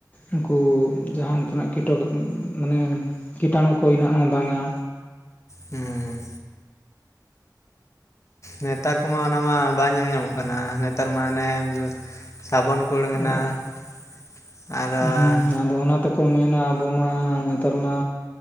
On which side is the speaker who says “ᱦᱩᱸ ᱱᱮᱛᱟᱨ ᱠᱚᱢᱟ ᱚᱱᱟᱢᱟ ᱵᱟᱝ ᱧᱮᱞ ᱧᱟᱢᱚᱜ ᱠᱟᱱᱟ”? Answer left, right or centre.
Left